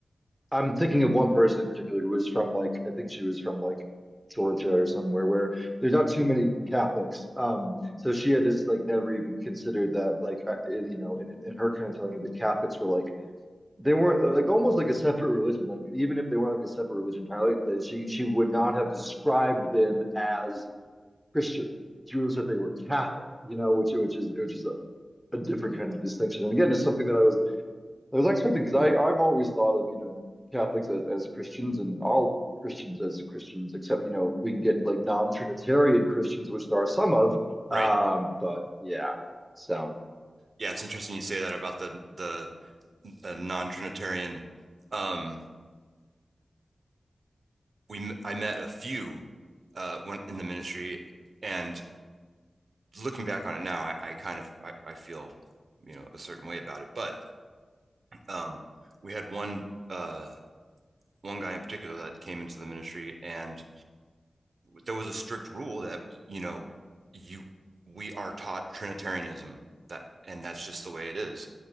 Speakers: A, in the centre; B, on the right.
A: I'm thinking of one person in particular who was from like I think she was from like Georgia or somewhere where there's not too many Catholics. Um, so she had just like never even considered that like I, you know in in her kind of telling of that Catholics were like they weren't like almost like a separate religion. Like even if they weren't like a separate religion entirely, that she she would not have described them as Christian. She would have said they were Catholic, you know, which which is which is a, a different kind of distinction. And again, it's something that I was I was expecting because I I've always thought of you know Catholics as, as Christians and all Christians as Christians, except you know we can get like non-Trinitarian Christians, which there are some of.
B: Right?
A: Um, but yeah, so.
B: Yeah, it's interesting you say that about the the uh, non-Trinitarian. Um, we I met a few uh, went in the ministry, and looking back on it now, I, I kind of I, I feel you know a certain way about it. But um, we had one uh, one guy in particular that came into the ministry, and there was a strict rule that you know you we are taught Trinitarianism that and that's just the way it is.